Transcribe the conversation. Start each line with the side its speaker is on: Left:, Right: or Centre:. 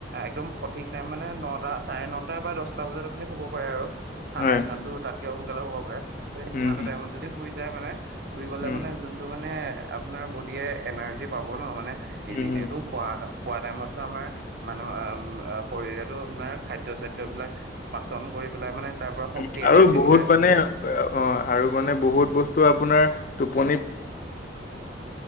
Right: একদম সঠিক টাইম মানে নটা চাৰে নটা বা দছটা বজাত আপুনি হ'ব পাৰে আৰু। ঠাণ্ডা
Left: হয়
Right: দিনততো তাতকে সোনকালে শুব পাৰে ত সিমানটো
Left: উম
Right: টাইমত যদি শুই যায় মানে। শুই গ'লে
Left: উম
Right: মানে যোনটো মানে আপোনাৰ বড়িয়ে এনাৰ্জি পাব ন মানে ইজি
Left: উম উম
Right: নে এইটো। খোৱা খোৱা টাইমতো আমাৰ মানুহ আ আ শৰীৰেতো চলাই আপোনাৰ খাদ্য চাদ্য বিলাক। পাচন কৰি পেলাই মানে তাৰ পৰা শক্তি
Left: উম আৰু
Right: এনাৰ্জি
Left: বহুত
Right: গো।
Left: মানে অ আৰু মানে বহুত বস্তু আপোনাৰ টোপনিত।